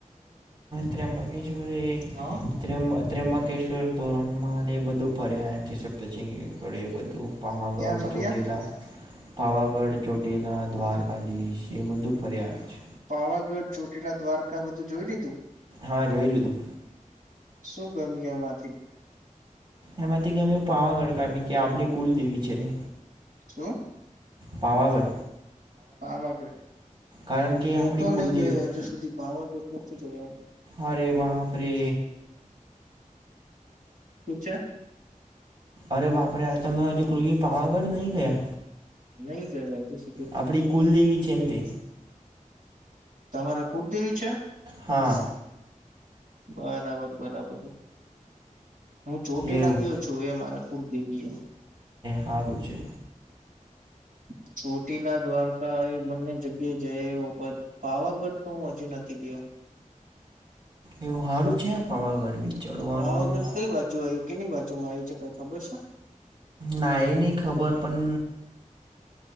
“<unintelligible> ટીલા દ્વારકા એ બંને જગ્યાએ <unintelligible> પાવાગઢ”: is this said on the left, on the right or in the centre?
Right